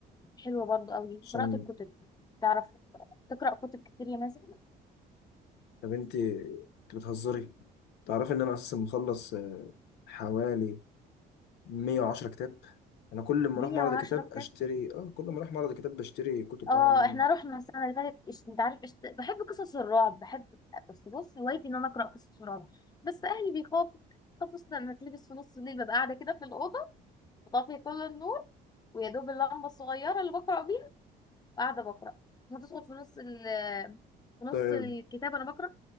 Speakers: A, on the left; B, on the left.
A: حلوة برضو قوي
B: عشان
A: قراءة الكتب تعرف تقرأ كتب كتير يا مازن
B: طب انت انت بتهزري تعرفي ان انا اساسا مخلص آه، حوالي 110 كتاب انا كل ما
A: 110
B: اروح معرض الكتاب اشتري
A: كتاب
B: اه كل ما اروح معرض الكتاب بشتري كتب
A: اه
B: انا م-
A: احنا رحنا السنة اللي فاتت إش... انت عارف إش... بحب قصص الرعب بحب بس بص هوايتي ان انا اقرأ قصص الرعب بس اهلي بيخافوا خافوا أصلاً لما اتلبس في نص الليل ببقى قاعدة كده في الأوضة وطافية كل النور ويا دوب اللمبة الصغيرة اللي بقرأ وقاعده بقرا هتدخل في نص ال في نص
B: طيب
A: الكتاب انا بقرا